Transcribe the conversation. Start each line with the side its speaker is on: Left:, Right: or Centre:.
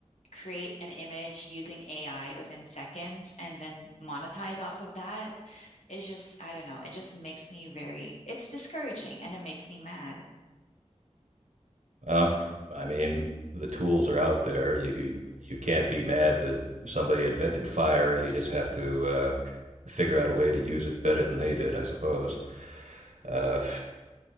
Left: create an image using AI within seconds and then monetize off of that is just, I don't know, it just makes me very, it's discouraging and it makes me mad.
Right: Well, I mean, the tools are out there. You you can't be mad that somebody invented fire. You just have to uh, figure out a way to use it better than they did, I suppose. Uh,